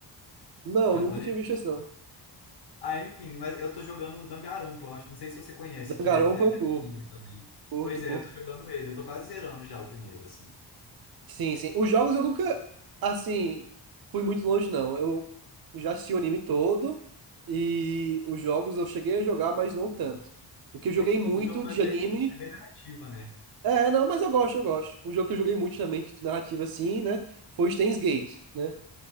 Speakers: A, on the right (about 55°); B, on the left (about 60°).
A: não,
B: Japonês.
A: nunca tinha visto isso, não.
B: Ah, enfim, mas eu tô jogando o Danganronpa, eu acho, não sei se você conhece,
A: Danganronpa
B: que é, tem aquele
A: eu curto.
B: anime também.
A: Curto,
B: Pois é,
A: curto.
B: eu tô jogando ele, eu tô quase zerando já o primeiro, assim.
A: Sim, sim. Os jogos eu nunca, assim, fui muito longe, não. Eu já assisti o anime todo e os jogos eu cheguei a jogar, mas não tanto. O que eu joguei
B: É que
A: muito
B: o jogo
A: de
B: é bem,
A: anime
B: é bem narrativa, né?
A: É, não, mas eu gosto, eu gosto. Um jogo que eu joguei muito também, de narrativa assim, né? Foi o Steins Gate, né?